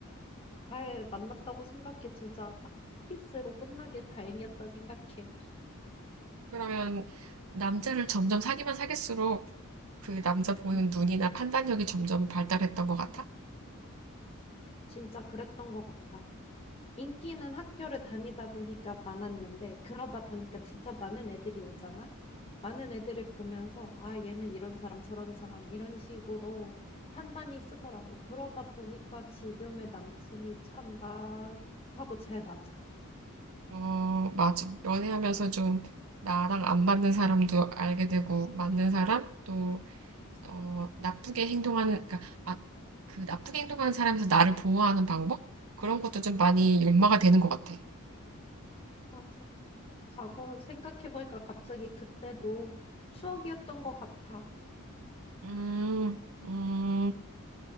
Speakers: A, on the left; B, on the right.
A: 잘 만났다고 생각해. 진짜 딱 키스로 끝나길 다행이었다 생각해.
B: 그러면 남자를 점점 사귀면 사귈수록 그 남자 보는
A: 음,
B: 눈이나 판단력이 점점 발달했던 것 같아?
A: 진짜 그랬던 것 같아. 인기는 학교를 다니다 보니까 많았는데, 그러다 보니까 진짜 많은 애들이 오잖아? 많은 애들을 보면서, 아, 얘는 이런 사람, 저런 사람, 이런 식으로 판단이 쓰더라고. 그러다 보니까 지금의 남친이 참 나하고 잘 맞아.
B: 어, 맞아. 연애하면서 좀 나랑 안 맞는 사람도 알게 되고, 맞는 사람, 또, 어, 나쁘게 행동하는, 그러니까, 아, 그 나쁘게 행동하는 사람에서 나를 보호하는 방법? 그런 것도 좀 많이 연마가 되는 것 같아.
A: 맞아. 과거 생각해보니까 갑자기 그때도 추억이었던 것 같아.
B: 음, 음,